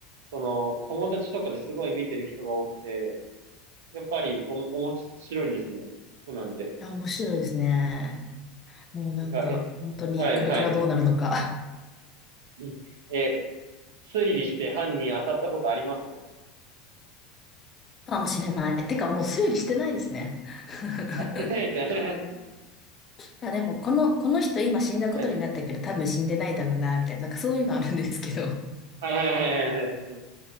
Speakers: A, on the right; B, on the left.
A: その、友達とかですごい見てる人が多くて、やっぱりおも、面白いんですね。コナンって。
B: や、面白いですね。もうなんか、
A: なんか、え、
B: 本当にこれからどうなるのか
A: はいはい。うん。え、推理して犯人当たったことあります
B: かもしれない。てか、もう推理してないですね。<laughs>
A: あ、すいません。<laughs>
B: まあでも、この、この人今死んだことになったけど、
A: はい。
B: 多分死んでないだろうな、みたいな、なんかそういうのあるんですけど、
A: はいはいはいはいはい。